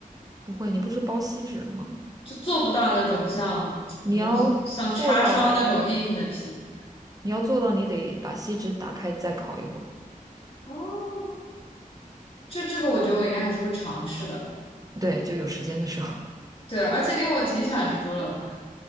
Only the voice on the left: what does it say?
就做不到那种像怎么说像叉烧那种硬硬的皮。
哦，这这个我觉得我应该还是会尝试的。
对，而且因为我挺喜欢吃猪肋排的。